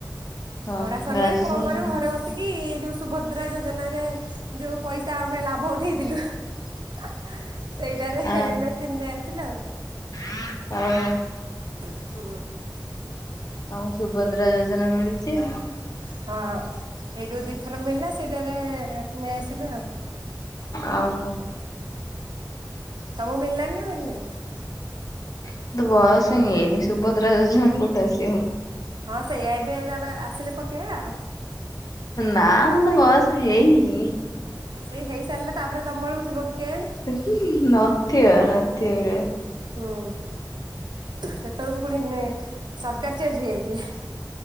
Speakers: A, on the left; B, on the right.
A: ହୋ
B: ପଢା ସରିଲାଣି
A: ଗ୍ରାଜୁଏସନ
B: କଣ କରିବୁ ଘରେ ବସି ସେକି ଯୋଉ ସୁଭଦ୍ରା ଯୋଜନା ରେ ଯୋଉ ପଇସା ଆମେ ଲାଭ ଉଠେଇ ଥିଲୁ। <unintelligible> ସେଇଟାରେ
A: ଆ
B: ମେସିନ୍ ନେଇ ଆସିଲୁ ଆଉ
A: <unintelligible> ଆଉ ହୁଁ
B: <unintelligible> ହଁ।
A: ତମକୁ ସୁଭଦ୍ରା ଯୋଜନା ମିଳିଛି?
B: ହଁ, ହେଇ ଯୋଉ ଦି ଥର ମିଳିଲା ସେଇଟାରେ ନେଇ ଆସିଲେ ଆଉ।
A: ଓହୋ।
B: ତମୁକୁ ମିଳିଲାଣି ନାଁ ମିଳି ନେଇଁ।?
A: ମତେ ବୟସ ହେଇନି ସୁଭଦ୍ରା ଯୋଜନା କଉଠୁ ଆଶି
B: ହଁ ସେଇଆ ଏବେ ତା ପରେ ଆସିଲେ ପକେଇବା ଆଉ।
A: ନାଁ ମତେ ବୟସ ହେଇନି।
B: ସେଇ ହେଇ ସାରିଲା ତାପରେ ତମ ବେଳକୁ ଥିବ କି କେୟାଣି।
A: <unintelligible> ନଥିବ ନଥିବ କେବେ।
B: ହୁଁ ସେତେବେଳକୁ ପୁଣି ନେ ସରକାର ଚେଞ୍ଜ୍ ହେଇଯାଇଥିବେ। <inaudible>